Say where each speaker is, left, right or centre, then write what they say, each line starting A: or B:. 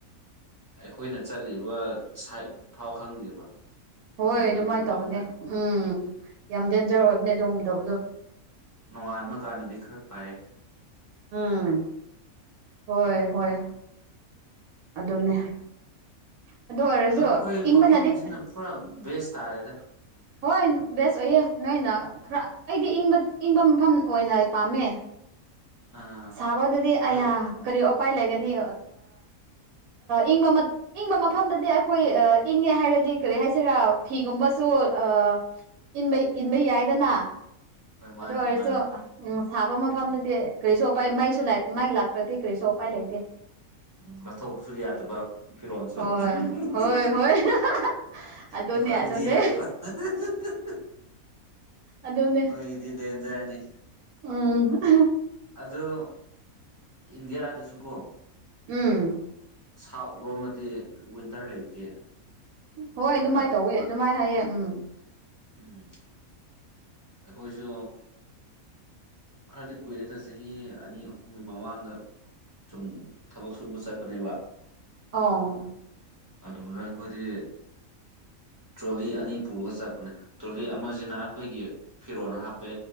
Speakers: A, on the right; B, on the right.
A: ꯑꯩꯈꯣꯏꯅ ꯆꯠꯂꯤꯕ ꯁꯥꯏꯠ ꯐꯥꯎ ꯈꯪꯗꯦꯕ
B: ꯍꯣꯏ
A: ꯂꯝꯕꯤ
B: ꯑꯗꯨꯃꯥꯏꯅ
A: ꯎꯗꯕꯅꯤꯅ
B: ꯇꯧꯕꯅꯦ ꯎꯝ ꯌꯥꯝ ꯗꯦꯟꯖꯔ ꯑꯣꯏꯕꯅꯦ ꯑꯗꯨꯒꯨꯝꯕꯗꯣ
A: ꯅꯣꯡꯉꯥꯟꯕ ꯀꯥꯟꯗꯗꯤ ꯈꯔ ꯐꯥꯏꯌꯦ
B: ꯎꯝ ꯍꯣꯏ ꯍꯣꯏ ꯑꯗꯨꯅꯦ ꯑꯗꯨ ꯑꯣꯏꯔꯁꯨ
A: ꯑꯗꯣ ꯑꯩꯈꯣꯏ
B: ꯏꯪꯕꯅꯗꯤ
A: ꯃꯐꯝꯁꯤꯅ ꯄꯨꯔꯥ ꯕꯦꯁ ꯇꯥꯔꯦꯗ
B: ꯍꯣꯏ ꯕꯦꯁ ꯑꯣꯏꯌꯦ ꯅꯣꯏꯅ ꯈꯔ ꯑꯩꯗꯤꯕ ꯏꯪꯕ ꯃꯐꯝ ꯑꯣꯏꯅ ꯄꯥꯝꯃꯦ
A: ꯑꯥ
B: ꯁꯥꯕꯗꯗꯤ
A: ꯑꯗꯨ
B: ꯑꯩꯌꯥ ꯀꯔꯤ ꯎꯄꯥꯏ ꯂꯩꯒꯅꯤ ꯏꯪꯕ ꯃꯛ ꯏꯪꯕ ꯃꯐꯝꯗꯗꯤ ꯑꯩꯈꯣꯏ ꯑ ꯏꯪꯉꯦ ꯍꯥꯏꯔꯗꯤ ꯀꯔꯤ ꯍꯥꯏꯁꯤꯔꯥ ꯐꯤꯒꯨꯝꯕꯁꯨ ꯑ ꯏꯟꯕ ꯏꯟꯕ ꯌꯥꯏꯗꯅ
A: ꯍꯣꯏ ꯃꯥꯅꯦ
B: ꯑꯗꯨ ꯑꯣꯏꯔꯁꯨ
A: ꯃꯥꯅꯦ
B: ꯎꯝ ꯁꯥꯕ ꯃꯐꯝꯗꯨꯗꯤ ꯀꯔꯤꯁꯨ ꯎꯄꯥꯏ ꯃꯥꯏꯁꯨ ꯃꯩ ꯂꯥꯛꯇ꯭ꯔꯗꯤ ꯀꯔꯤꯁꯨ ꯎꯄꯥꯏ ꯂꯩꯇꯦ
A: ꯎꯝ ꯂꯧꯊꯣꯛꯄꯁꯨ ꯌꯥꯗꯕ ꯐꯤꯔꯣꯜꯁꯨ
B: ꯍꯣꯏ
A: <unintelligible>
B: ꯍꯣꯏ ꯍꯣꯏ <unintelligible> ꯑꯗꯨꯅꯦ
A: ꯑꯩꯈꯣꯏꯕꯨꯗꯤ
B: ꯑꯗꯨꯅꯦ
A: ꯌꯥꯏꯕ <unintelligible>
B: ꯑꯗꯨꯅꯦ
A: ꯅꯣꯏꯗꯤ ꯗꯦꯟꯖꯔꯅꯤ
B: ꯎꯝ <unintelligible>
A: ꯑꯗꯣ ꯏꯟꯗꯤꯌꯥꯗꯁꯨ ꯀꯣ
B: ꯎꯝ
A: ꯁꯥꯎ ꯂꯣꯝꯃꯗꯤ ꯋꯤꯟꯇꯔ ꯂꯩꯇꯦ
B: ꯍꯣꯏ ꯑꯗꯨꯃꯥꯏꯅ
A: ꯈꯪꯕ꯭ꯔꯥ
B: ꯇꯧꯋꯦ ꯑꯗꯨꯃꯥꯏꯅ ꯍꯥꯏꯌꯦ ꯎꯝ
A: ꯎꯝ ꯑꯩꯈꯣꯏꯁꯨ ꯈꯔꯗꯤ ꯀꯨꯏꯔꯦꯗ ꯆꯍꯤ ꯑꯅꯤ ꯑꯍꯨꯝꯒꯤ ꯃꯃꯥꯡꯗ ꯁꯨꯝ ꯊꯕꯛ ꯁꯨꯕ ꯆꯠꯄꯅꯦꯕ
B: ꯑ
A: ꯑꯗꯨꯗ ꯑꯩꯈꯣꯏꯗꯤ ꯇ꯭ꯔꯣꯂꯤ ꯑꯅꯤ ꯄꯨꯔꯒ ꯆꯠꯄꯅꯦ ꯇꯣꯂꯤ ꯑꯃꯁꯤꯅ ꯑꯩꯈꯣꯏꯒꯤ ꯐꯤꯔꯣꯟꯜ ꯍꯥꯞꯄꯦ